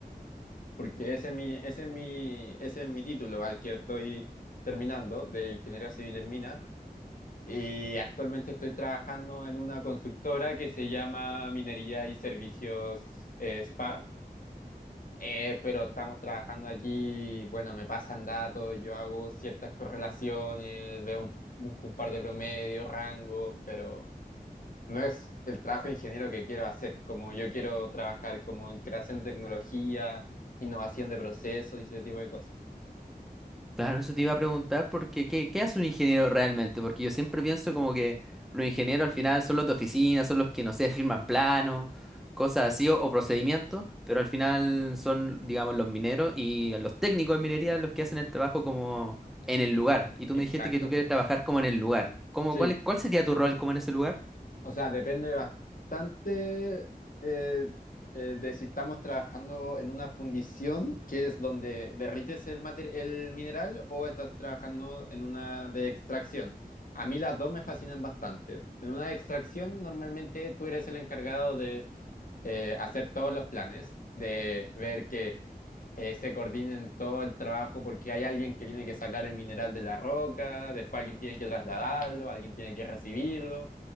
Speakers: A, on the left; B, in the centre.
A: porque ese es mi, ese es mi, ese es mi título al que estoy terminando de ingeniero civil en minas. Y actualmente estoy trabajando en una consultora que se llama Minería y Servicios eh, Spa, Eh, pero estamos trabajando aquí, bueno, me pasan datos, yo hago ciertas correlaciones, veo un- busco un par de promedios, rango, pero no es el trabajo de ingeniero que quiero hacer, como yo quiero trabajar como en creación de tecnología, innovación de procesos y ese tipo de cosas.
B: Claro, eso te iba a preguntar porque ¿qué, qué hace un ingeniero realmente? Porque yo siempre pienso como que los ingenieros al final son los de oficina, son los que, no sé, firman planos, cosas así, o, o procedimientos, pero al final son, digamos, los mineros y los técnicos de minería los que hacen el trabajo como en el lugar. Y tú
A: Exacto.
B: me dijiste que tú quieres trabajar como en el lugar. ¿Cómo,
A: Sí,
B: cuál, es- cuál sería tu rol como en ese lugar?
A: O sea, depende bastante eh, eh, de si estamos trabajando en una fundición, que es donde derrites el mater- el mineral, o estás trabajando en una de extracción. A mí las dos me fascinan bastante. En una de extracción, normalmente tú eres el encargado de eh, hacer todos los planes, de ver que eh, se coordinen todo el trabajo porque hay alguien que tiene que sacar el mineral de la roca, después alguien tiene que trasladarlo, alguien tiene que recibirlo.